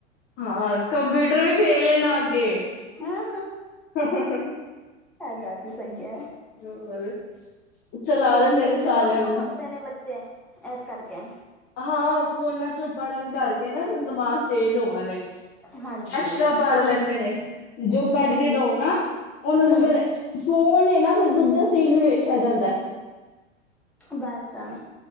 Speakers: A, on the left; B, in the centre.
A: ਹਾਂ ਕੰਪਿਊਟਰ ਵੀ ਫੇਲ ਹੈ ਨਾ ਅੱਗੇ
B: ਇਹ
A: ਹ
B: ਗੱਲ ਤੇ ਸਹੀ ਹੈ
A: ਹੋਰ ਚਲਾ ਦਿੰਦੇ
B: ਅੱਜ ਕੱਲ
A: ਨੇ
B: ਫੋਨ
A: ਸਾਰਿਆਂ
B: ਜੋ
A: ਨੂੰ
B: ਫੜਦੇ ਨੇ ਬੱਚੇ ਇਸ ਕਰਕੇ
A: ਹਾਂ ਫੋਨਾਂ ਚੋਂ ਪੜ੍ਹਨ ਕਰਕੇ ਨਾ ਇਹਨਾਂ ਦਿਮਾਗ ਤੇਜ਼ ਹੋਗੇ ਨੇ
B: ਹਾਂਜੀ
A: ਐਕਸਟਰਾ ਪਾੜ ਲੈਂਦੇ ਨੇ ਜੋ
B: ਹਮ
A: ਕੱਢ ਕੇ ਦਓ ਨਾ ਉਹਨਾਂ
B: ਹਮ
A: ਦਾ ਫੇਰ ਫੋਨ ਨਾ ਫਿਰ ਦੂਜਾ ਟੀਵੀ ਵੀ ਵੇਖਿਆ ਜਾਂਦਾ।
B: ਬਸ ਅ